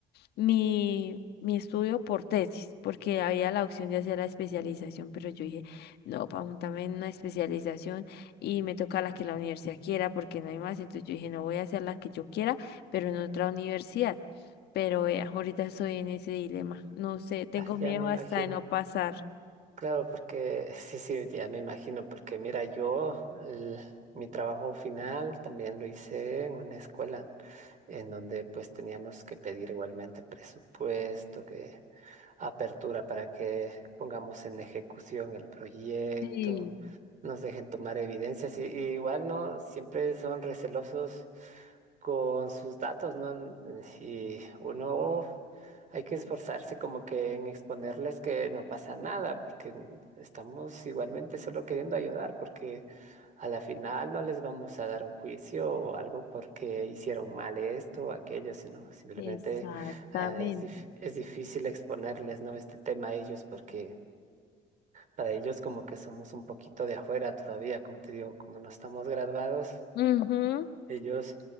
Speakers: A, on the left; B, on the right.
A: mi, mi estudio por tesis, porque había la opción de hacer la especialización, pero yo dije, no, para montarme en una especialización y me toca la que la universidad quiera, porque no hay más. Entonces yo dije, no voy a hacer la que yo quiera, pero en otra universidad. Pero vea, ahorita estoy en ese dilema. No sé, tengo
B: ah,
A: miedo
B: ya me imagino.
A: hasta de no pasar.
B: Claro, porque <laughs> sí, sí, ya me imagino, porque mira, yo el- mi trabajo final también lo hice en una escuela en donde pues teníamos que pedir igualmente presupuesto, apertura para que pongamos en ejecución el proyecto,
A: Sí,
B: nos dejen tomar evidencias y, y igual no, siempre son recelosos con sus datos, ¿no? Mm, Y uno hay que esforzarse como que en exponerles que no pasa nada, porque estamos igualmente solo queriendo ayudar, porque a la final no les vamos a dar un juicio o algo porque hicieron mal esto o aquello, sino simplemente
A: exactamente.
B: Ah, es, dif- es difícil exponerles, ¿no? Este tema a ellos porque para ellos como que somos un poquito de afuera todavía, como te digo, como no estamos graduados,
A: Ujú.
B: ellos